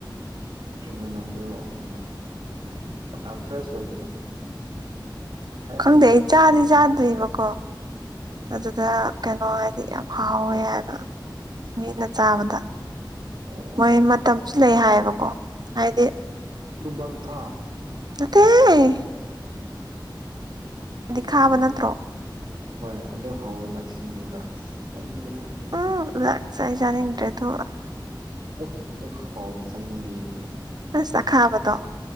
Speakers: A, on the right; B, on the right.
A: ꯑꯗꯨ ꯃꯅꯝꯗꯨ ꯀꯩꯅꯣ ꯌꯥꯝ ꯐ꯭ꯔꯦꯁ ꯑꯣꯏꯕꯗꯣ ꯍꯥꯏꯕ
B: ꯈꯪꯗꯦ
A: ꯍꯩꯇꯦꯗ
B: ꯑꯩ ꯆꯥꯗꯤ
A: ꯎꯝ
B: ꯆꯥꯗ꯭ꯔꯤꯕꯀꯣ
A: ꯎꯝ.
B: ꯑꯗꯨꯗ ꯀꯩꯅꯣ ꯍꯥꯏꯗꯤ ꯌꯥꯝ ꯍꯥꯎꯋꯦ ꯍꯥꯏꯕ ꯃꯤꯅ ꯆꯥꯕꯗ
A: ꯑꯣ
B: ꯃꯣꯏ ꯃꯇꯝꯁꯨ ꯂꯩ ꯍꯥꯏꯌꯦꯕꯀꯣ ꯍꯥꯏꯗꯤ
A: ꯇꯨꯃꯪꯈꯥ
B: ꯅꯠꯇꯦꯍꯥꯏ
A: ꯑꯗꯨꯗꯤ
B: ꯈꯥꯕ
A: ꯀꯩꯅꯣ
B: ꯅꯠꯇ꯭ꯔꯣ
A: ꯍꯣꯏ ꯑꯗꯨ ꯍꯥꯎꯋꯦꯅ ꯁꯤꯡꯖꯨꯗ ꯑꯁ ꯆꯥꯅꯤꯡꯉꯦꯗ ꯍꯧꯖꯤꯛ
B: ꯎ ꯋꯦꯛ ꯆꯥꯗꯤ ꯆꯥꯅꯤꯡꯗ꯭ꯔꯦ ꯑꯗꯨ
A: ꯑꯣ ꯑꯗꯨꯛ ꯍꯥꯎꯕ ꯆꯥꯅꯤꯡꯗꯦꯅꯦ
B: ꯑꯁ ꯑꯈꯥꯕꯗꯣ